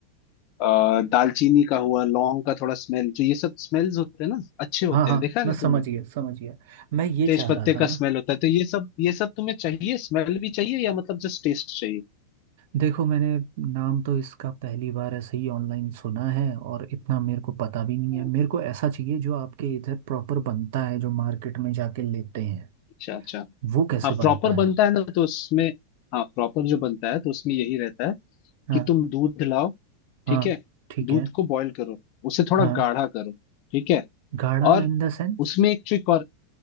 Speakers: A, on the left; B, on the right.
A: अ, दालचीनी का हुआ लौंग का थोड़ा स्मेल जो ये सब स्मेल्स होते हैं ना अच्छे होते
B: हाँ हाँ
A: हैं देखा है
B: मैं
A: ना
B: समझ
A: तुमने
B: गया समझ गया मैं ये
A: तेज
B: चाह
A: पत्ते
B: रहा था
A: का
B: ना
A: स्मेल होता है तो ये सब ये सब तुम्हें चाहिए स्मेल भी चाहिए या मतलब जस्ट टेस्ट चाहिए
B: देखो मैंने नाम तो इसका पहली बार ऐसे ही ऑनलाइन सुना है और इतना मेरे को पता भी नहीं
A: हम्म,
B: है मेरे को ऐसा चाहिए जो आपके इधर प्रॉपर बनता है जो मार्केट में जाके लेते हैं
A: अच्छा अच्छा
B: वो कैसे
A: हाँ
B: बनता
A: प्रॉपर बनता
B: है
A: है ना तो उसमें हाँ प्रॉपर जो बनता है तो उसमें यही रहता है
B: हाँ
A: कि तुम दूध लाओ
B: हाँ
A: ठीक है
B: ठीक
A: दूध
B: है
A: को बॉईल करो उसे थोड़ा
B: हाँ
A: गाढ़ा करो ठीक है
B: गाढ़ा
A: और
B: इन द सेंस
A: उसमें एक ट्रिक और